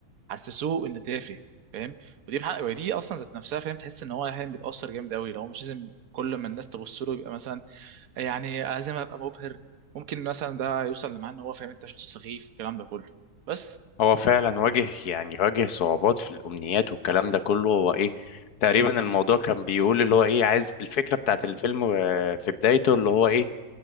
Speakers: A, on the right; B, on the left.
A: حسسوه ان تافه فاهم ودي بحق ودي اصلا ذات نفسها فاهم تحس ان هو يعني بيتاثر جامد قوي لو مش لازم كل ما الناس تبص له يبقى مثلا يعني لازم ابقى مبهر ممكن مثلا ده يوصل لمعنى ان هو فاهم انت شخص سخيف الكلام ده كله بس
B: هو فعلا واجه يعني واجه صعوبات في الأمنيات والكلام ده كله هو إيه تقريبا الموضوع كان بيقول اللي هو إيه عايز الفكرة بتاعت الفيلم آه، في بدايته اللي هو إيه